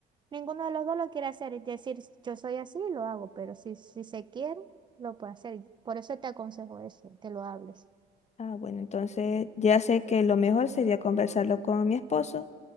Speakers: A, on the right; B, on the left.
A: ninguno de los dos lo quiere hacer y decir, yo soy así, lo hago, pero si, si se quiere, lo puede hacer. Por eso te aconsejo eso, que lo hables.
B: Ah, bueno, entonces ya sé que lo mejor sería conversarlo con mi esposo